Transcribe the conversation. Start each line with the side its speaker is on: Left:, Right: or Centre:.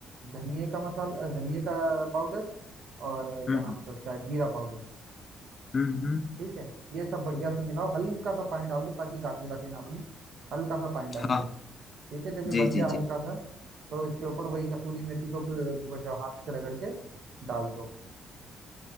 Right: धनिए का मसाला अ, धनिए का पाउडर और अ, क्या
Left: हम्म
Right: नाम होता है उसका जीरा पाउडर
Left: हम्म हम्म, हम्म।
Right: ठीक है ये सब बढ़िया से मिलाओ हल्का सा पानी डाल दो ताकि गाठे गाठे ना बने हल्का सा पानी डाल
Left: हाँ
Right: दो ठीक है जब ये
Left: जी
Right: बन जाए
Left: जी
Right: हल्का
Left: जी
Right: सा तो इसके ऊपर वही कसूरी मेथी को कु- कुछ हाथ से रगड़ के डाल दो